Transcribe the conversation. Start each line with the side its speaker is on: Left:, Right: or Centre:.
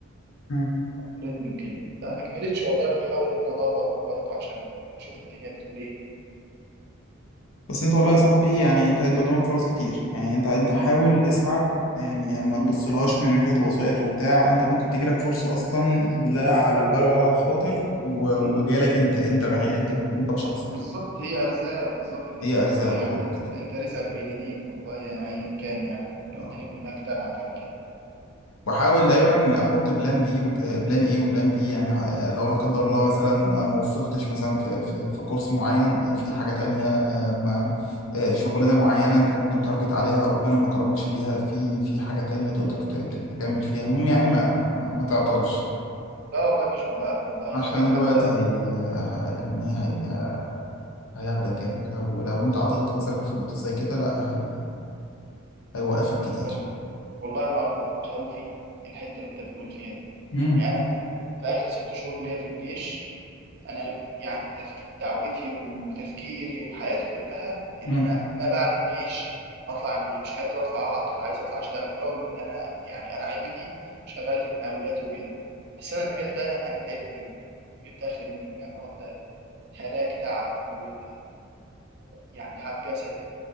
Left: مم.
Right: قابلتني وكده فما كملتش والله وبحاول ان انا ادور اهو برضه عشان اشوف الدنيا بتقول ايه
Left: بس انت والله يا صاحبي يعني انت انت قدامك فرص كتير يعني انت انت حاول اسعى يعني ما
Right: م-
Left: تبصلهاش من ناحية وسائط وبتاع انت ممكن تجيلك فرصة اصلا لا على البال ولا على الخاطر و... وجايلك
Right: م.
Left: انت انت بعي... انت انت بشخصك
Right: بالظبط هي ارزاق بالظبط كده
Left: هي ارزاق
Right: والله
Left: بالظبط
Right: يعني انت
Left: كده
Right: انت رزقك بين ايديك والله يا- ايا كان يعني لو
Left: اه
Right: الدنيا كلها اجتمعت على كده
Left: واحاول دايما احط بلان بي وبلان ايه وبلان بي يعني ه- لو لا قدر الله مثلا
Right: م.
Left: آه، ما وفقتش مثلا في في في كورس معين في حاجه تانية آه، ما آه، شغلانه معينه انت كنت متارجت عليها ربنا ما كرمكش بيها في في حاجه تانية تقدر ت- ت- تكمل فيها المهم يعني ما ما ما, ما تعطلش
Right: لا والله مش بوقف والله
Left: عشان
Right: حاجة أنا
Left: الوقت
Right: حتى
Left: هي هي- يعني ايه هي هياخدك جامد لو لو انت
Right: بالظبط
Left: عطلت مثلا
Right: والله
Left: في نقطه زي كده لا هي هيوقفك كتير
Right: وال- والله انا اكبر خوفي الحته اللي انت بتقول فيها دي.
Left: امم
Right: يعني انا من في اخر ست شهور ليا في الجيش انا يعني تفك... دعوتي وتفكيري وحياتي كلها ان
Left: امم
Right: انا ما بعد الجيش هطلع اعمل ايه مش عايز اطلع اعطل عايز اطلع اشتغل برغم ان انا يعني انا عيلتي شغاله في المقاولات وكده بس انا المجال ده انا تعبت منه جبت اخر منه المعمار ده هلاك تعب وده يعني تعب جسدي